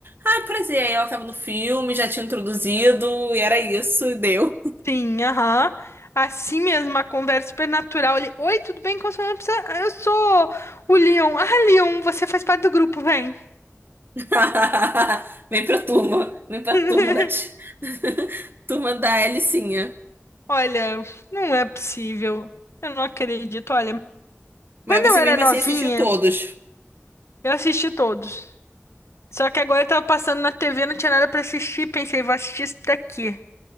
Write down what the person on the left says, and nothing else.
Sim, aham. Assim mesmo, uma conversa super natural ali. Oi, tudo bem? Como sua não precisa... Eu sou o Leon. Ah, Leon, você faz parte do grupo, vem.
<laughs>
Olha, não é possível. Eu não acredito. Olha,
quando
eu era
novinha,
eu assisti todos. Só que agora eu tava passando na TV, não tinha nada pra assistir. Pensei, vou assistir isso daqui.